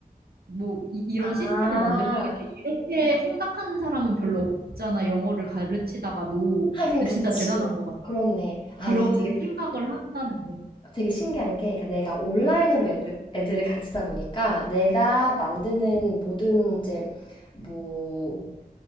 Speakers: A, on the right; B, on the left.
A: 뭐 이,
B: 아,
A: 런 시스템을 만들어야겠다 이렇게 생각하는 사람은 별로 없잖아 영어를 가르치다가도
B: 하긴 그치.
A: 진짜 대단한 것 같아
B: 그렇네. 아,
A: 그런
B: 이게 되게
A: 생각을 한다는 게
B: 되게 신기한 게, 그러니까 내가 온라인으로 애들, 애들을 가르치다 보니까 내가 만드는 모든 이제 뭐
A: 음,